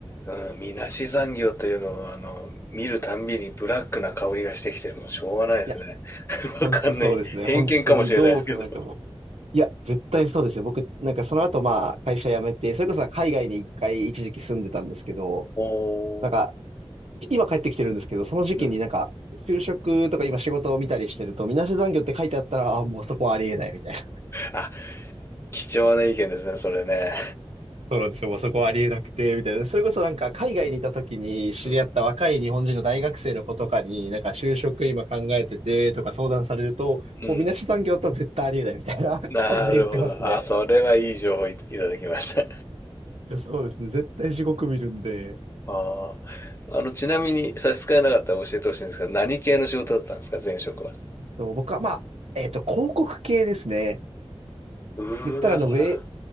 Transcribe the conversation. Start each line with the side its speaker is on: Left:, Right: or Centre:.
Left: うん、みなし残業というのは、あの、見るたんびにブラックな香りがしてきて、もうしょうがないですね。
Right: いや、
Left: <laughs>
Right: 本当そうですね。
Left: わかんない。偏見かもしれないですけど。
Right: 本当にどう考えても。いや、絶対そうですよ。僕、なんかその後まあ、会社辞めて、それこそ海外に一回一時期住んでたんですけど、
Left: おー。
Right: なんか、今帰ってきてるんですけど、その時期になんか、
Left: うん。
Right: 就職とか今仕事を見たりしてると、みなし残業って書いてあったら、あ、もうそこはありえないみたいな。
Left: あ、貴重な意見ですね、それね。
Right: そうなんですよ。もうそこはありえなくて、みたいな。それこそなんか、海外にいた時に知り合った若い日本人の大学生の子とかに、
Left: うん。
Right: なんか就職今考えててとか相談されると、
Left: うん。
Right: もうみなし残業だったら絶対ありえないみたいな <laughs>
Left: なるほど。
Right: 感じで言ってますね。
Left: あ、それはいい情報い、ただきました。
Right: そうですね。絶対地獄見るんで。
Left: <laughs> ああ。あの、ちなみに差し支えなかったら教えてほしいんですが、何系の仕事だったんですか、前職は。
Right: と僕はまあ、えっと、広告系ですね。
Left: うーわー。
Right: 言ったらあの、ウェ、
Left: あ